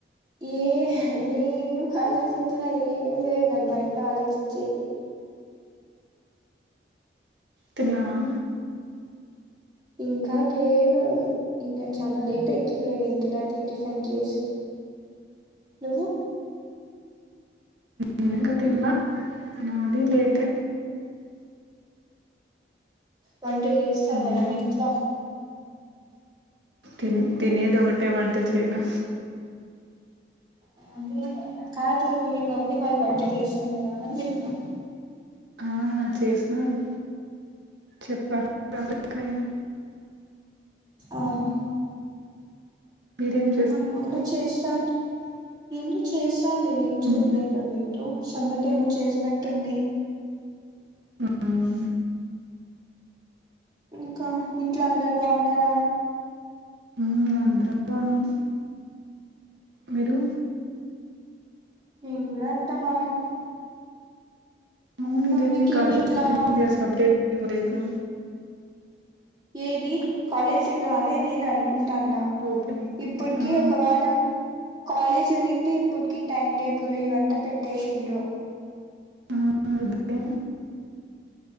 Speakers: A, on the right (about 25°); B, on the right (about 85°).
A: ఏ ఏం ఆలోచించలా ఏం లేదు మైండ్లొ ఆలోచించేకి
B: తిన్నావా
A: ఇంకా లేదు ఇంకా చాలా లేట్ అయితుందిలే నేను తినాలికి టిఫిన్ చేసి నువ్వు
B: నేనింక తినల నాది లేట్
A: వంట చేస్తా
B: ఉమ్,
A: నేను ఇంట్లో
B: తిన తినేదొకటే వంట చేయను
A: అదే కాదు మీ మమ్మీ వాళ్ళు వంట చేస్తన్నారా అని <unintelligible>
B: ఆ చేసినారు చెప్పాలి <inaudible>
A: ఓహో
B: మీరేం చె
A: మా అమ్మ కూడా చేస్తాంది ఎందొ చేస్తాంది నేం చూడలేదు
B: ఉమ్,
A: అదేంటో సంఘటి ఏమో చేసినట్టుంది
B: ఉమ్,
A: ఇంక ఇంట్లో అందరు బావున్నారా
B: మ్మ్ అందరం బావున్నాం మీరు
A: మేమ్ గుడ అంత బావున్నాం
B: అవును ఇదేంది
A: మీకేమి
B: కాలేజ్
A: ఇట్లా
B: ఓపెనయింది అసలు అప్డేట్ ఇవ్వలేదు
A: ఏది కాలేజ్ ఇదో అదే నేను అనుకుంటాన్నా
B: ఓపెనింగ్ డే.
A: ఇప్పటికి
B: ఆ,
A: ఒకవేళ కాలేజీ ఉనింటే ఇప్పుటికి టైం టేబుల్ ఇవంతా పెట్టేసిండ్రు
B: ఆ <inaudible> అదే